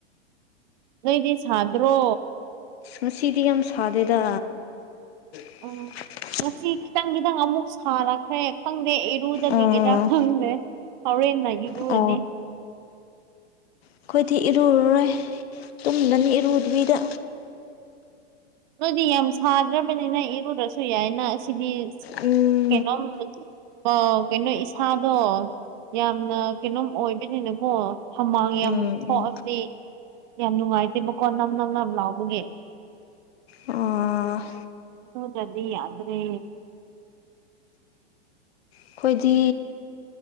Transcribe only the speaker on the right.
ꯅꯣꯏꯗꯤ ꯁꯥꯗ꯭ꯔꯣ
ꯎꯝ ꯉꯁꯤ ꯈꯤꯇꯪ ꯈꯤꯇꯪ ꯑꯃꯨꯛ ꯁꯥꯔꯛꯈ꯭ꯔꯦ ꯈꯪꯗꯦ ꯏꯔꯨꯖꯈꯤꯁꯤꯔ
ꯈꯪꯗꯦ ꯍꯧꯔꯦꯟꯅꯥꯏꯒꯤꯕꯨ
ꯑꯣꯢꯅꯤ
ꯅꯣꯏꯗꯤ ꯌꯥꯝ ꯁꯥꯗ꯭ꯔꯕꯅꯤꯅ ꯏꯔꯨꯔꯁꯨ ꯌꯥꯏꯅ ꯁꯤꯗꯤ
ꯀꯩꯅꯣꯝ ꯑ ꯀꯩꯅꯣ ꯏꯁꯥꯗꯣ ꯌꯥꯝꯅ ꯀꯩꯅꯣꯝ ꯑꯣꯏꯕꯅꯤꯅꯀꯣ ꯍꯃꯥꯡ ꯌꯥꯝ
ꯊꯣꯛꯑꯗꯤ
ꯌꯥꯝ ꯅꯨꯡꯉꯥꯏꯇꯦꯕꯀꯣ ꯅꯞ ꯅꯞ ꯅꯞ ꯂꯥꯎꯕꯒꯤ
ꯢꯔꯨꯗ꯭ꯔꯗꯤ ꯌꯥꯗ꯭ꯔꯦ